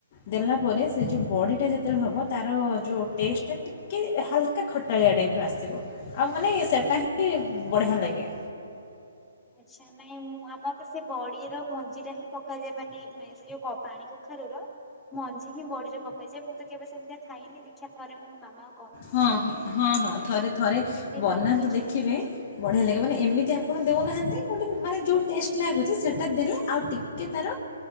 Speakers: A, on the left (about 40°); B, in the centre.
A: ଦେଲା ପରେ ସେ ଯେଉଁ ବଡ଼ିଟା ଯେତେବେଳେ ହେବ ତାର ଯେଉଁ ଟେଷ୍ଟଟା କି ହାଲକା ଖଟାଳିଆ ଟାଇପ୍ର ଆସିବ ଆଉ ମାନେ ସେଇଟା ହିଁ ବଢ଼ିଆ ଲାଗେ।
B: ଆଚ୍ଛା ନାଇଁ ମୁଁ ଆମର ତ ସେ ବଡିର ମଞ୍ଜି ଟା ହିଁ ପକାଯାଏ। ମାନେ ସେ ଯୋଉ ପାଣି କୁଖାରୁର ମଞ୍ଜି ହିଁ ବଡିରେ ପକେଇଯାଏ ମୁଁ ତ କେବେ ସେମିତି ଖାଇନି ଦୀକ୍ଷା ଥରେ ମୋ ମାମା
A: ହଁ ହଁ ହଁ ହଁ ଥରେ ଥରେ
B: କେମିତି
A: ବନାନ୍ତୁ
B: ଲାଗୁଛି
A: ଦେଖିବେ ବଢ଼ିଆ ଲାଗିବ। ମାନେ
B: ଆଜ୍ଞା
A: ଏମିତି ଆପଣ ଦେଉନାହାନ୍ତି ଗୋଟେ ମାନେ ଯେଉଁ ଟେଷ୍ଟ ଲାଗୁଛି, ସେଇଟା ଦେଲେ ଆଉ ଟିକେ ତାର